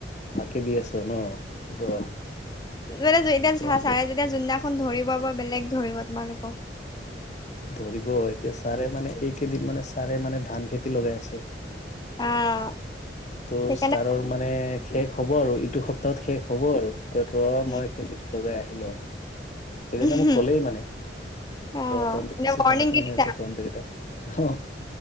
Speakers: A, on the left; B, on the left.
A: ফাঁকি দি আছ ন ৰ।
B: যেতিয়া চাৰে
A: তহঁতে
B: যেতিয়া জোনদিনাখন ধৰিব বা বেলেগ ধৰিব তোমালোকৰ
A: ধৰিব এতিয়া ছাৰে মানে এইকেইদিন মানে ছাৰে মানে ধান খেতি লগাই আছে।
B: আহ
A: ত'
B: সেইকাৰণে
A: ছাৰৰ মানে শেষ হ'ব আৰু ইটো সপ্তাহত শেষ হ'ব আৰু। ক ৰ
B: উম
A: মই খেতিত লগাই আহিলো এদিন
B: উম
A: মাক ক'লেই মানে
B: অ
A: তন্ত
B: মানে
A: বেছি
B: ৱৰ্ণিং
A: ভাং ফুং
B: দি
A: হৈ
B: দিছা
A: আছে তন্তকেইটা। অ